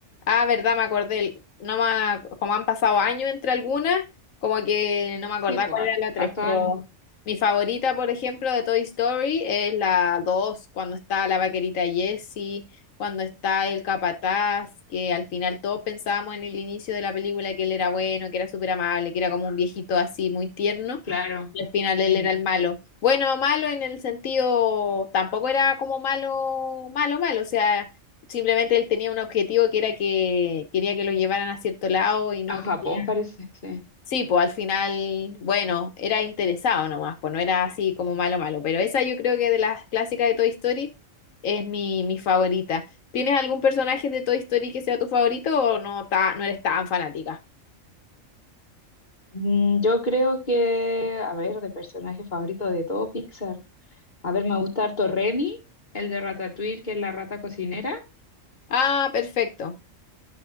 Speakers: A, on the left (about 80°); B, on the left (about 35°).
A: Ah, verdad, me acordé. No me, ac- como han pasado años entre algunas, como que no me acordaba
B: Sí, pues,
A: cuál era la 3,
B: harto
A: pero
B: años.
A: mi favorita, por ejemplo, de Toy Story es la 2 cuando está la vaquerita Jessie, cuando está el capataz, que al final todos pensábamos en el inicio de la película que él era bueno, que era súper amable, que era como un viejito así muy tierno.
B: Claro.
A: Y al final él
B: Mm.
A: era el malo. Bueno, malo en el sentido, tampoco era como malo, malo, malo. O sea, simplemente él tenía un objetivo que era que quería que lo llevaran a cierto lado y no
B: A Japón
A: quería.
B: parece, sí.
A: Sí, pues al final, bueno, era interesado nomás, pues no era así como malo, malo. Pero esa yo creo que de las clásicas de Toy Story es mi, mi favorita. ¿Tienes algún personaje de Toy Story que sea tu favorito o no, ta- no eres tan fanática?
B: Mm, Yo creo que, a ver, de personaje favorito de todo Pixar. A ver, me gusta harto Remy, el de Ratatouille, que es la rata cocinera.
A: Ah, perfecto.